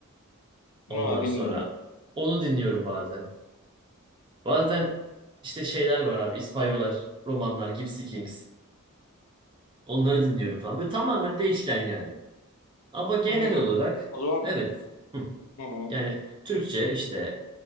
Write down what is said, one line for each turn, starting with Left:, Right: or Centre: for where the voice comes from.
Left: <laughs>
Right: Ondan
Left: ama bilmiyorum.
Right: sonra onu dinliyorum bazen. Bazen işte şeyler var abi. İspanyollar, romanlar, Gypsy Kings. Onları dinliyorum falan. Böyle tamamen değişken yani. Ama genel
Left: Hmm.
Right: olarak
Left: O zaman
Right: evet. Hı.
Left: hı hı.
Right: Yani Türkçe işte